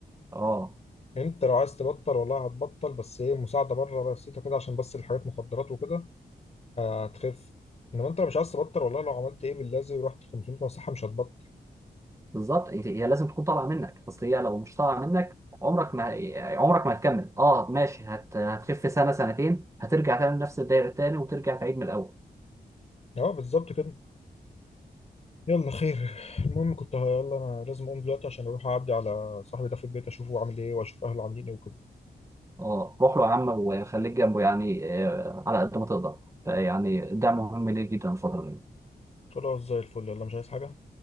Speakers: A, on the right; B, on the left.
A: اه
B: انت لو عايز تبطل والله هتبطل بس ايه مساعده بره بسيطه كده عشان بس الحاجات مخدرات وكده هتخف انما انت لو مش عايز تبطل والله لو عملت ايه باللازم ورحت 500 مصحه مش هتبطل
A: بالظبط انت- هي لازم تكون طالعه منك اصل هي لو مش طالعه منك عمرك ما عمرك ما هتكمل اه ماشي هت... هتخف سنه سنتين هترجع تاني لنفس الدايره تاني وترجع تعيد من الاول
B: اه بالظبط كده يلا خير المهم كنت ه- يلا انا لازم اقوم دلوقتي عشان اروح اعدي على صاحبي ده في البيت اشوفه عامل ايه واشوف اهله عاملين ايه وكده
A: اه روح له يا عم وخليك جنبه يعني آه على قد ما تقدر فيعني ده مهم ليه جدا الفتره دي
B: خلاص زي الفل يلا مش عايز حاجه